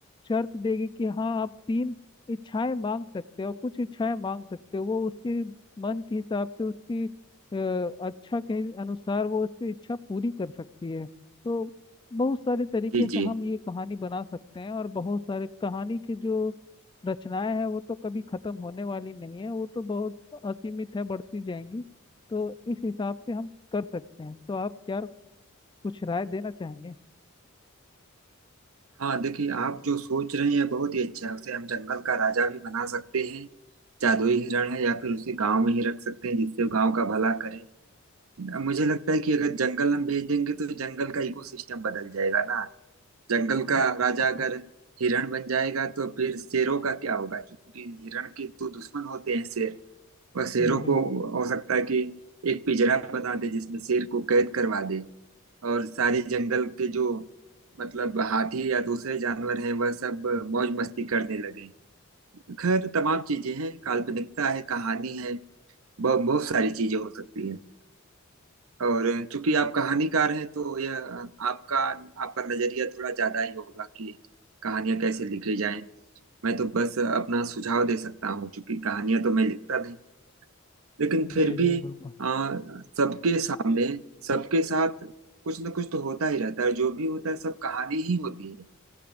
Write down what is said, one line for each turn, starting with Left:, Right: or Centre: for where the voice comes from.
Left: शर्त देगी कि हाँ आप तीन इच्छाएं मांग सकते हो कुछ इच्छाएं मांग सकते हो वो उसके मन के हिसाब से उसकी अ, अच्छा के अनुसार वो उसकी इच्छा पूरी कर सकती है तो बहुत सारे तरीके
Right: जी
Left: से
Right: जी
Left: हम ये कहानी बना सकते हैं और बहुत सारे कहानी की जो रचनाएं हैं वो तो कभी खत्म होने वाली नहीं है वो तो बहुत असीमित है बढ़ती जाएंगी तो इस हिसाब से हम कर सकते हैं तो आप क्या कुछ राय देना चाहेंगे
Right: हाँ देखिए आप जो सोच रहे हैं बहुत ही अच्छा है उसे हम जंगल का राजा भी बना सकते हैं जादुई हिरण है या फिर उसे गांव में ही रख सकते हैं जिससे वो गांव का भला करे मुझे लगता है कि अगर जंगल हम भेज देंगे तो जंगल का इकोसिस्टम बदल जाएगा ना जंगल
Left: जी
Right: का राजा अगर
Left: जी
Right: हिरण बन जाएगा तो फिर शेरों का क्या होगा क्योंकि हिरण के तो दुश्मन होते हैं शेर वह शेरों
Left: जी बिल्कुल
Right: को हो सकता है कि एक पिंजरा बना दे जिसमें शेर को कैद करवा दे और सारे जंगल के जो मतलब हाथी या दूसरे जानवर हैं वह सब मौज मस्ती करने लगे खैर तमाम चीजें हैं काल्पनिकता है कहानी है बहुत बहुत सारी चीजें हो सकती है और चूंकि आप कहानीकार हैं तो यह आपका आपका नजरिया थोड़ा ज्यादा ही होगा कि कहानियां कैसे लिखी जाएं मैं तो बस अपना सुझाव दे सकता हूँ क्योंकि कहानियां तो मैं लिखता नहीं लेकिन फिर
Left: जी
Right: भी
Left: जी बिल्कुल
Right: आ, सबके सामने सबके साथ कुछ ना कुछ तो होता ही रहता है जो भी होता है सब कहानी ही होती है